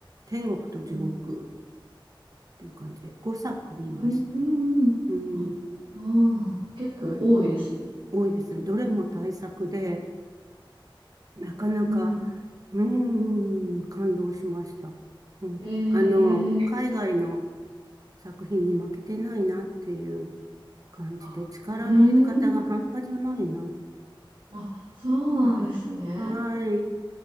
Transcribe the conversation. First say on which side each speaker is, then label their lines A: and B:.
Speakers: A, on the right; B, on the right.
A: 天国と地獄っ
B: うん。
A: ていう感じで5作見ました。
B: うーん。
A: うん。
B: あ、そうなんだ。結構多いですね。
A: はい。多いですね。どれも対策で、なかなか、
B: うん。
A: うーん、感動しました。うん。
B: えー
A: あの、海外の作品に負けてないなっていう感じで、
B: あ、
A: 力の入れ方が半端じゃないな。
B: うーん。あ、そうなんですね。
A: はい。はい。